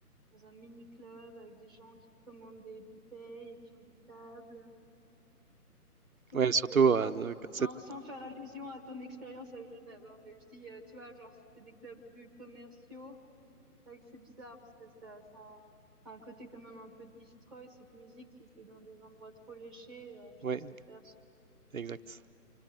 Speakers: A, in the centre; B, on the right (about 60°).
A: dans un mini club avec des gens qui commandent des bouteilles et qui ont des tables. Je
B: Ouais,
A: trouve que
B: surtout,
A: c'est, enfin,
B: euh, de-
A: sans,
B: cette-
A: sans faire allusion à ton expérience à Genève, hein, mais je dis, euh, tu vois, genre, c'était des clubs plus commerciaux. C'est vrai que c'est bizarre parce que ça, ça, a un côté quand même un peu destroy cette musique si c'est dans des endroits trop léchés. euh, je
B: ouais,
A: trouve que ça perd
B: exact.